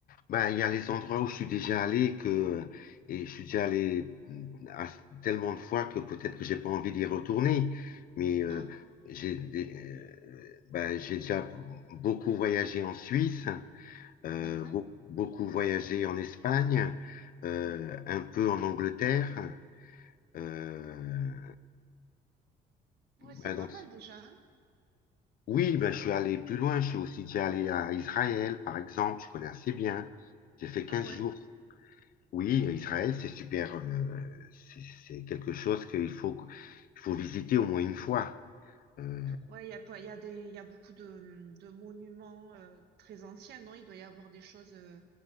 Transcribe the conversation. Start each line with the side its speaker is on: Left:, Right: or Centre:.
Left: Bah, il y a les endroits où je suis déjà allé et que, euh, et je suis déjà allé mm, à- tellement de fois que peut-être que j'ai pas envie d'y retourner. Mais euh,
Right: Ah,
Left: j'ai des- euh, bah, j'ai déjà beaucoup voyagé en Suisse, euh,
Right: d'accord.
Left: beau- beaucoup voyagé en Espagne, euh,
Right: Mm.
Left: un peu en Angleterre. euh,
Right: Ouais, c'est
Left: bah, dans-
Right: pas mal déjà, hein
Left: Oui, bah, je suis allé plus loin.
Right: Ouais,
Left: Je suis aussi déjà allé à Israël, par exemple. Je connais assez bien.
Right: d'accord.
Left: J'ai fait quinze
Right: Ah ouais?
Left: jours Oui, Israël, c'est super. euh, c'est c'est quelque chose qu'il faut, il faut visiter au moins une fois. Euh,
Right: Ouais, il y a, il y a des, il y a beaucoup de, de monuments euh, très anciens, non? Il doit y avoir des choses. euh,